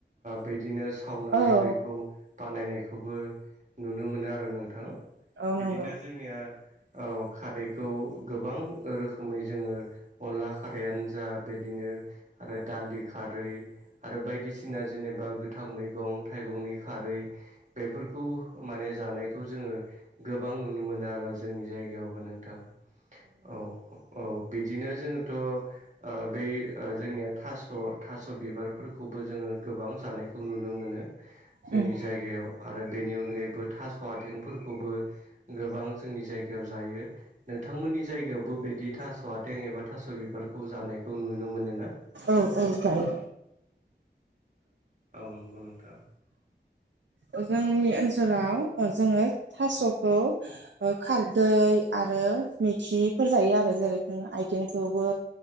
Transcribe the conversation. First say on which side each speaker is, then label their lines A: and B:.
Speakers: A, on the right (about 40°); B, on the right (about 85°).
A: बिदिनो सावनानै
B: औ
A: बैखौ बानायनायखौबो नुनो मोनो आरो नोंथां
B: औ
A: बिदिनो
B: नंगौ
A: जोंनिया औ खारैखौ गोबां रोखोमै जोङो अनला खार दैयानो जा बिदिनो आरो दालि खारै आरो बायदिसिना जेनेबा गोथां मैगं थाइगंनि खारै बेफोरखौ माने जानायखौ जोङो गोबां नुनो मोनो आरो जोंनि जायगायावबो नोंथां औ औ बिदिनो जोङोथ ओ बै जोंनिया थास' थास' बिबारफोरखौबो जोङो गोबां जानायखौ नुनो मोनो जोंनि
B: उम
A: जायगायाव। आरो बेनि अनगायैबो थास' आथिंफोरखौबो गोबां जोंनि जायगायाव जायो। नोंथांमोननि जायगायावबो बेदि थास' आथें एबा थास' बिबारखौ जानायखौ नुनो मोनो ना?
B: औ औ जायो।
A: औ नंगौ नोंथां।
B: औ जोंनि ओनसोलाव औ जोङो थास'खौ ओ खारदै आरो मिखिफोर जायो आरो जेरै जों आइथिंखौबो